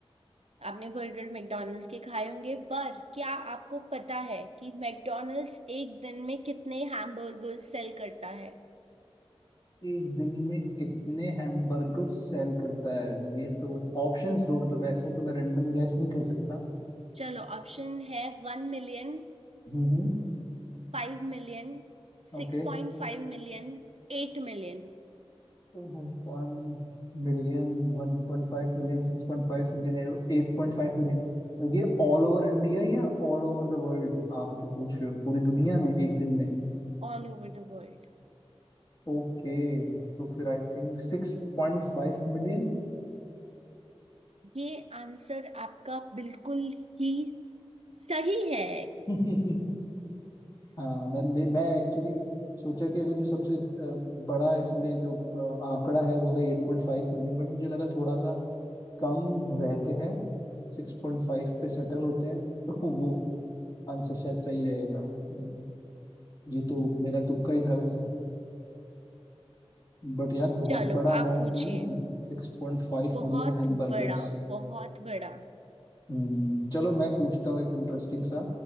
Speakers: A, on the right; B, on the left.
A: आपने बर्गर मैकडोनल्ड्स के खाए होंगे पर क्या आपको पता है कि मैकडोनल्ड्स एक दिन में कितने हैमबर्गर्स सेल करता है
B: एक दिन में कितने हैमबर्गर सेल करता है ये तो ऑप्शंस दो मतलब ऐसे तो मैं रैंडम गैस नहीं कर सकता
A: चलो ऑप्शन है one million
B: हम्म
A: five million
B: okay
A: six point five million eight million
B: वन million वन पॉइंट फाइव मिलियन सिक्स पॉइंट फाइव million एट पॉइंट फाइव million ये ऑल ओवर इंडिया या ऑल ओवर द वर्ल्ड आप जो पूछ रहे हो पूरी दुनिया में एक दिन में
A: All over the world
B: ओके तो फिर आई थिंक सिक्स पॉइंट फाइव मिलियन
A: ये आंसर आपका बिल्कुल ही सही है
B: <laughs> हाँ मैं मैं, मैं एक्चुअली सोचा कि अगर जो सबसे अ, बड़ा इसमें जो अ, आंकड़ा है वो है एट पॉइंट फाइव मिलियन बट मुझे लगा थोड़ा सा कम रहते हैं सिक्स पॉइंट फाइव पे सेटल होते हैं <laughs> तो वो आंसर शायद सही रहेगा हम्म, ये तो मेरा तुक्का ही था वैसे बट यार बहुत
A: चलो
B: बड़ा अमाउंट
A: आप पूछिए
B: नहीं है सिक्स पॉइंट फाइव
A: बहुत
B: मिलियन हैमबर्गर्स
A: बड़ा बहुत बड़ा
B: हम्म, चलो मैं पूछता हूँ एक इंटरेस्टिंग सा